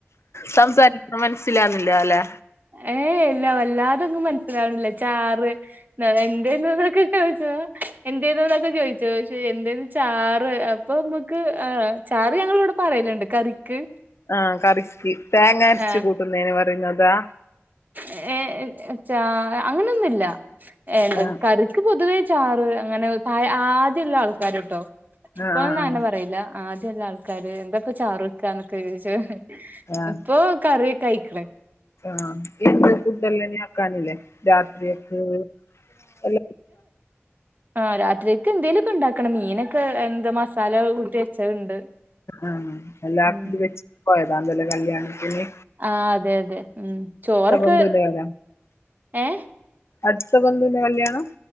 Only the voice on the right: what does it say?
ഏയ് എല്ല വല്ലാതെങ്ങ് മന മനസിലാവണില്ലേ ചാറ് <unintelligible> എന്തേന്നവരൊ ചോയിച്ചോ എന്തെന്ന് ഇപ്പോ ചോയിച്ചോയിച്ച് എന്തേന്ന് ചാറ് അപ്പോ ഞമ്മക്ക് ചാറ് ത് ഞങ്ങളിവിടെ പറയലുണ്ട് കറിക്ക്.
ആ
എ ഏ ഏച്ച അങ്ങനൊന്നുല്ല എടക്കറ്
- ക്ക് പൊതുവേ ചാറ് അങ്ങനെ പായ് ആദ്യള്ള ആൾക്കാര് ട്ടോ ഇപ്പോയൊന്നും
അങ്ങനെ പറയില്ല. ആദ്യള്ളാൾക്കാര് എന്തപ്പ ചാറ് വക്കാന്നൊക്കെ ചോയ്ച്ച.
ഇപ്പൊ കറ്യക്കയ്ക്ക്ണ്.
ആഹ് രാത്രിക്ക് എന്തേലൊക്കെണ്ടാക്കണം മീനൊക്കെ എന്ത മസാല കൂട്ടി വെച്ചതുണ്ട്.
ഉം
ആഹ് അതെ അതെ ഉം ചോറൊക്കെ
ഏ